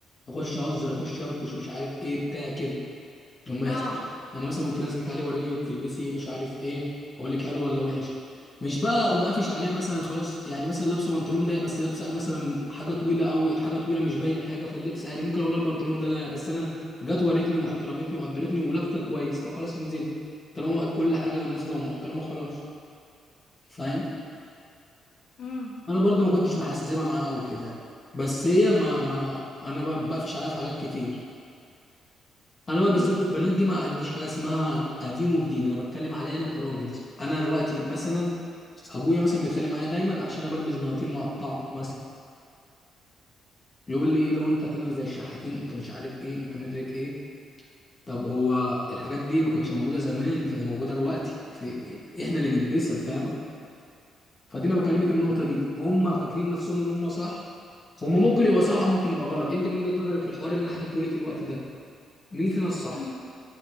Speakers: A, on the left; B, on the left.
A: اخش اهزر اخش انكش مش عارف ايه بتاع كده لما
B: اه
A: يحصل لما مثلا وانت نازل تعالي وريني بتلبسي ايه مش عارف ايه هقول لك حلو ولا وحش مش بقى اقوم قافش عليها مثلا خلاص يعني مثلا لابسه بنطلون ضيق بس لابسه عليه مثلا حاجه طويله قوي حاجه طويله مش باينه حاجه فاللبس عادي ممكن اقول لها البنطلون ده ضيق بس انا جت وريتني واحترمتني وقدرتني ولابسه كويس فخلاص انزلي طالما كل حاجه نازله ومحترمه خلاص فاهم
B: امم
A: انا برضو ما كنتش محسسبها معاها قوي كده يعني بس هي ما ما انا بقى بقفش عليها في حاجات كتير انا بقى بالذات
B: امم
A: البنات دي ما عنديش حاجه اسمها قديم وجديد انا بتكلم عليا انا كراجل انا دلوقتي مثلا ابويا مثلا بيتخانق معايا دايما عشان انا بلبس بناطيل مقطعه مثلا يقول لي ايه ده وانت تعمل زي الشحاتين انت مش عارف ايه انت مدرك ايه طب هو الحاجات دي ما كانتش موجوده زمان هي موجوده دلوقتي في احنا اللي نلبسها فاهمه فدي انا بكلمك النقطه دي هم فاكرين نفسهم ان هم صح هم ممكن يبقى صح او ممكن يبقى غلط انت من وجهه نظرك الحوار اللي انا حكيته لك الوقت ده مين فينا الصح
B: امم